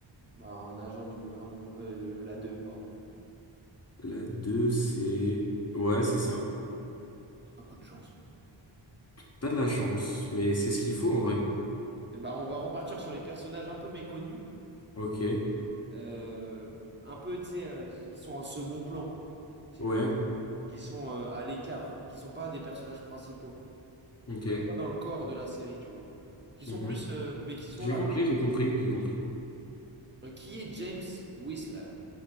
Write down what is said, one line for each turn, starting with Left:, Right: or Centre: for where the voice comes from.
Right: Bah, un agent du gouvernement. Euh, euh, la 2, pardon.
Left: La 2 c'est... Ouais, c'est ça.
Right: C'est un coup de chance.
Left: T'as de la chance, mais c'est ce qu'il faut, en vrai.
Right: Et bah, on va repartir sur les personnages un peu méconnus.
Left: Ok.
Right: euh, un peu, tu sais, euh, qui sont en second plan. si
Left: Ouais,
Right: j'ai envie. Qui sont euh, à l'écart. Qui sont pas des personnages principaux.
Left: Ok.
Right: Qui sont pas dans le corps de la série, tu vois. Qui sont
Left: Mhm.
Right: plus. euh, mais qui sont
Left: J'ai
Right: là.
Left: compris,
Right: quand même.
Left: j'ai compris, j'ai compris.
Right: Euh, qui est James Whistler?